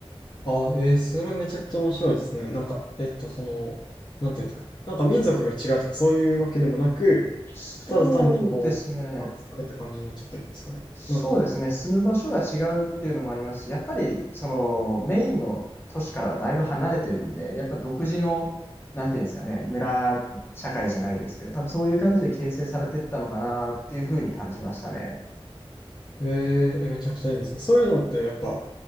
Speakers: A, on the left; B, on the left.
A: あえーそれめちゃくちゃ面白いですね。なんか、えっと、その、なんていうんですか、なんか民族が違うとかそういうわけでもなく、
B: そうですね。
A: ただ単にこう、話された感じになっちゃってるんですかね。
B: そうですね、
A: なんか、
B: 住む場所が違うっていうのもありますし、やっぱりそのメインの都市からはだいぶ離れてるんで、やっぱ独自の、なんていうんですかね、村社会じゃないですけど、多分そういう感じで形成されてったのかなっていうふうに感じましたね。
A: えーえ、めちゃくちゃいいですね。そういうのってやっぱ、